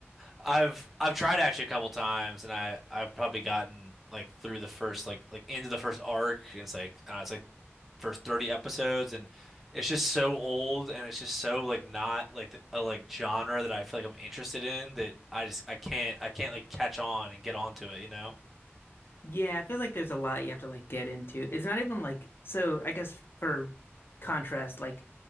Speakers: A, in the centre; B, on the left.
A: I've I've tried actually a couple times, and I I've probably gotten like through the first like like into the first arc, and it's like I don't know, it's like first 30 episodes and it's just so old and it's just so like not like th- a like genre that I feel like I'm interested in that I just I can't I can't like catch on and get onto it, you know?
B: yeah, I feel like there's a lot you have to like get into. It's not even like, so I guess for contrast, like